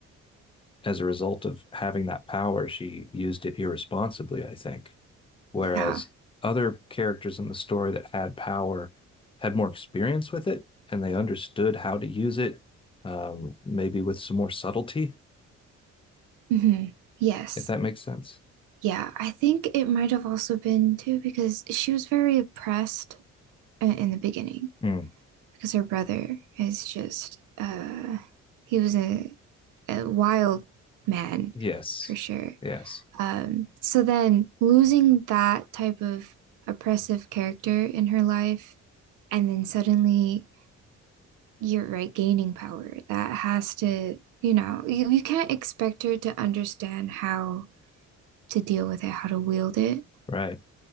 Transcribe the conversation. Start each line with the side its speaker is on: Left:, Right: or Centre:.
Left: as a result of having that power, she used it irresponsibly, I think. Whereas
Right: Yeah.
Left: other characters in the story that had power had more experience with it and they understood how to use it, um, maybe with some more subtlety,
Right: hmm Yes.
Left: if that makes sense.
Right: Yeah. I think it might have also been too because she was very oppressed in the beginning
Left: Mm.
Right: because her brother is just uh he was a, a wild man
Left: Yes.
Right: for sure.
Left: Yes.
Right: Um, so then losing that type of oppressive character in her life, and then suddenly you're right, gaining power. That has to, you know, you, you can't expect her to understand how to deal with it, how to wield it.
Left: Right.